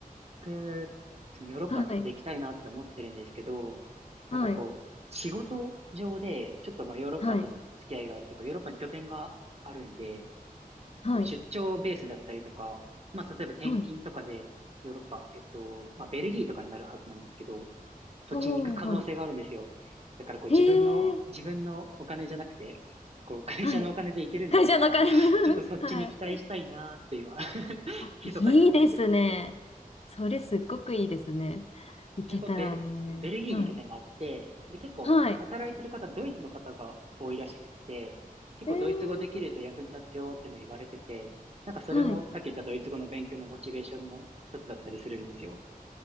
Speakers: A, on the right; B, on the left.
A: 僕、そのヨーロッパにずっと行きたいなって思ってるんですけど、
B: はい。
A: なんかこう、
B: はい。
A: 仕事上で、ちょっとまあヨーロッパとの付き合いがあるというか、
B: はい。
A: ヨーロッパに拠点があるんで、
B: はい。
A: こう出張ベースだったりとか、まあ例えば転勤とかでヨーロッパ、
B: はい。
A: えっと、まあベルギーとかになるはずなんですけど、そっちに行く可能性があるんですよ。
B: おー、はい。
A: だからこう自分の、
B: へえ。
A: 自分のお金じゃなくて、こう会社のお金で行けるんだったら、
B: はい。会社の金。<laughs>
A: ちょっとそっちに期待したいなーって今、
B: はい。
A: <laughs>
B: あ、いいですね。
A: 密かに思ってるんですけど、
B: それすっごくいいですね。
A: そう
B: 行けたらね。
A: で、こうベル、ベルギーに拠点があって、
B: はい。
A: で、結構働いてる方、
B: はい。
A: ドイツの方が多いらしくって、結構ドイツ語できると役に立つよっていうのを言われてて、
B: えー
A: なんかそれもさっき言ったドイツ語の勉強のモチベーションの一つだったりするんですよ。
B: はい。